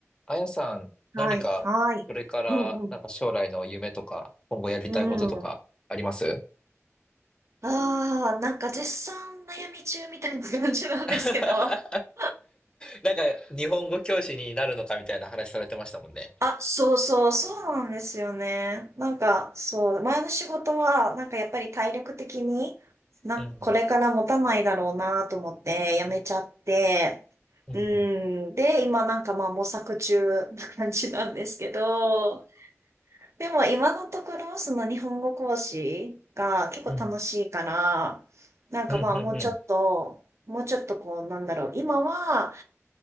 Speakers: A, on the left; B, on the right.
A: あやさん、
B: はい、
A: 何か、
B: はい。
A: これから、
B: うん、うん、
A: なんか将来の夢とか、今後やりたいこととか、
B: うん。
A: あります
B: ああ、なんか絶賛悩み中みたいな感じなんですけど。
A: <laughs>
B: <laughs>
A: なんか、日本語教師になるのかみたいな話されてましたもんね。
B: あ、そうそう、そうなんですよね。なんか、そう、前の仕事は、なんかやっぱり体力的に、なんかこれから持たないだろうなと思って辞めちゃって、
A: うん。うん。
B: うん、で、今なんかまあ模索中な感じなんですけど、でも今のところその日本語講師が結構楽しいから、
A: うん。
B: なんかまあもうちょっと、
A: うん。うん。うん。う
B: もうちょっとこうなんだろう、今は